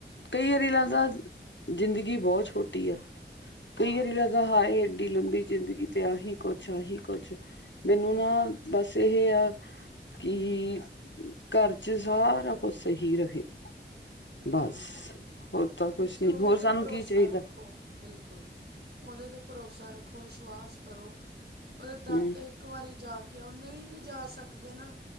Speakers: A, on the left; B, on the right.
A: ਕਈ ਆਰੀ ਲੱਗਦਾ ਜ਼ਿੰਦਗੀ ਬੋਤ ਛੋਟੀ ਆ। ਕਈ
B: ਹਾਂ।
A: ਵਾਰੀ ਲੱਗਦਾ ਹਾਏ ਐਡੀ ਲੰਬੀ ਜ਼ਿੰਦਗੀ ਤੇ ਆਹੀ ਕੁਛ-ਆਹੀ ਕੁਛ ਮੈਨੂੰ
B: ਬਿਲਕੁਲ
A: ਨਾ। ਬਸ ਇਹ ਆ, ਕਿ ਘਰ ਚ ਸਾਰਾ ਕੁਝ ਸਈ ਰਹੇ।
B: ਬਿਲਕੁਲ-ਬਿਲਕੁਲ
A: ਬਸ ਹੋਰ ਤਾਂ ਕੁਛ
B: ਤੁਸੀਂ
A: ਨੀ
B: ਓਦੇ
A: ਹੋਰ
B: ਤੇ
A: ਸਾਨੂੰ
B: ਭਰੋਸਾ
A: ਕੀ ਚਾਹੀਦਾ
B: ਰੱਖੋ। ਬਿਲਕੁਲ, ਓਦੇ ਤੇ ਭਰੋਸਾ ਰੱਖੋ ਵਿਸ਼ਵਾਸ ਕਰੋ, ਓਦੇ ਦਰ
A: ਹਮ
B: ਤੇ ਇੱਕ ਵਾਰੀ ਜਾ ਕੇ ਆਓ ਨਈ ਵੀ ਜਾ ਸਕਦੇ ਨਾ,